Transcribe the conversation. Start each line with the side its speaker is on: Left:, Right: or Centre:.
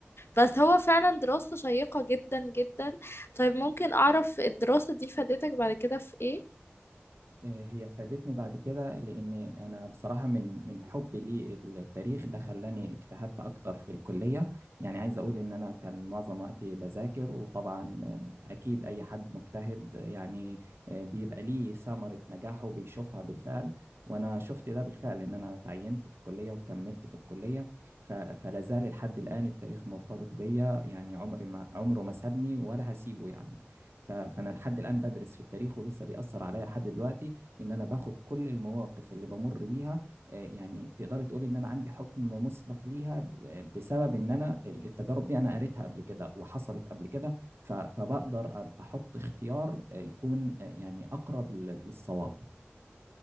Left: بس هو فعلا دراسة شيقة جدا جدا طيب ممكن اعرف الدراسة دي فادتك بعد كده في ايه
Right: إيه، هي فادتني بعد كده لأن أنا بصراحة من من حبي للتاريخ ده خلاني اجتهدت أكتر في الكلية يعني عايز أقول إن أنا كان معظم وقتي بذاكر وطبعا آه، أكيد أي حد مجتهد آه، يعني آه، بيبقى ليه ثمرة نجاحه بيشوفها بالفعل وأنا شفت ده بالفعل إن أنا تعينت في الكلية وكملت في الكلية ف- فلا زال لحد الآن التاريخ مرتبط بيا يعني عمري ما عمره ما سابني ولا هسيبه يعني ف- فأنا لحد الآن بدرس في التاريخ ولسه بيأثر عليا لحد دلوقتي ان انا باخد كل المواقف اللي بمر بيها آه، يعني تقدري تقولي ان انا عندي حكم مسبق ليها ب- بسبب ان انا ال- التجارب دي انا قريتها قبل كده وحصلت قبل كده ف- فبقدر أب- احط اختيار آه، يكون آه، يعني اقرب لل- للصواب